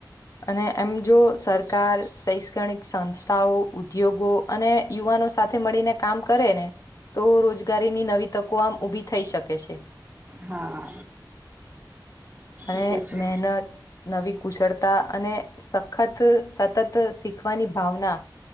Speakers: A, on the left (about 45°); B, on the right (about 20°).
A: અને એમ જો સર. સરકાર શૈક્ષણિક સંસ્થાઓ ઉદ્યોગો અને. યુવાનો સાથે મળીને કામ કરે ને. તો રોજગારીની નવી તકો આમ <unintelligible> ઊભી થઈ શકે છે.
B: હા
A: અને
B: એ તો છે
A: મહેનત નવી કુશળતા અને સખત સતત <unintelligible> શીખવાની ભાવના.